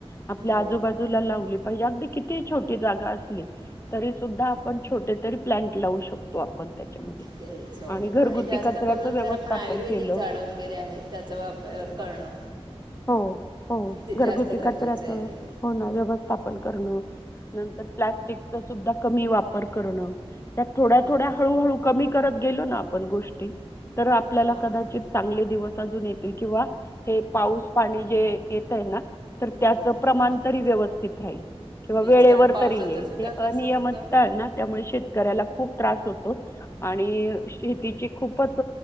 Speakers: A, on the left; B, on the right.
A: आपल्या
B: हो
A: आजूबाजूला लावले. हिजे अगदी किती ही छोटी जागा असली तरी सुद्धा आपण छोट कुठेतरी प्लॅंट लावू शकतो आप पण त्याच्यामध्ये
B: तेच हो
A: घरगुती
B: आणि जास्त
A: कचऱ्याचं
B: करून
A: व्यवस्थापन
B: जर आपण आयुर्वेदिक
A: केलं
B: झाड वगैरे आहेत त्याचा वापर करणं.
A: होय होय
B: ते जास्त
A: घरगुती
B: गरजेचं
A: कचऱ्याचं
B: आहे
A: होण व्यवस्थापन करणं. नंतर प्लॅस्टिक चा सुद्धा कमी वापर करणं- थोड्या
B: हो
A: थोड्या हळू हळू कमी करत केलो ना आपण गोष्टी तर आपल्याला
B: हां
A: कदाचित चांगले दिवस अजून येतील किंवा हे पाऊस पाणी जे येतय ना तर
B: हो
A: त्याच प्रमाण
B: बरोबर
A: तरी व्यवस्थित राहील किंवा
B: तेच
A: वेळेवर
B: कारण पावसाचं
A: तरी येईल.
B: सुद्धा
A: हे
B: कसं
A: अनियमितता
B: होतं
A: ये ना त्यामुळे शेतकऱ्याला खूप त्रास होतो आणि शेतीची खूपच,